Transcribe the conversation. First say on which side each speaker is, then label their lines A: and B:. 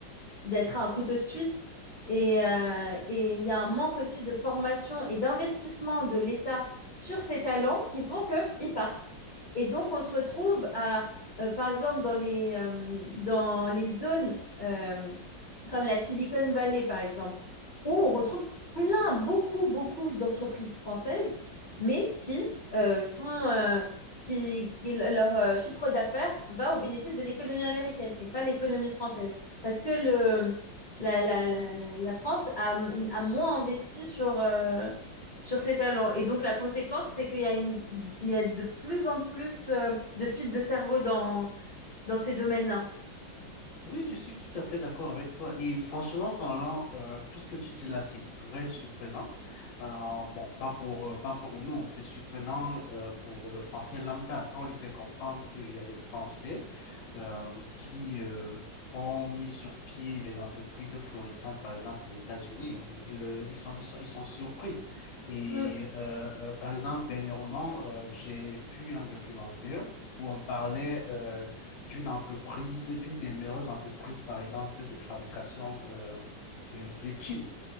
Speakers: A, on the left; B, on the left.
A: d'être un couteau suisse. Et, euh, et il y a un manque aussi de formation et d'investissement de l'État sur ces talents qui font qu'ils partent. Et donc, on se retrouve à, euh, par exemple, dans les, euh, dans les zones euh, comme la Silicon Valley, par exemple où on retrouve plein, beaucoup, beaucoup d'entreprises françaises, mais qui euh, font, euh, qui, qui- leur euh, chiffre d'affaires va au bénéfice de l'économie américaine et pas l'économie française. Parce que le, la, la, la, la la France a, a moins investi sur, euh, sur ses talents. Et donc, la conséquence, c'est qu'il y a une, il y a de plus en plus euh, de fuites de cerveau dans, dans ces domaines-là.
B: Oui, je suis tout à fait d'accord avec toi. Et franchement parlant, euh, tout ce que tu dis là, c'est très surprenant. Euh, bon, pas pour, euh, pas pour nous, c'est surprenant euh, pour le français lambda quand on lui fait comprendre qu'il y a des Français euh, qui euh, ont mis sur pied des entreprises florissantes, par exemple aux États-Unis. hein, Ils, euh, ils sont, ils sont, ils sont surpris. Et
A: Mm.
B: euh, euh, par exemple, dernièrement, euh, j'ai vu un documentaire où on parlait... euh, d'une entreprise, d'une des meilleures entreprises, par exemple, de fabrication euh, de, de, de jeans.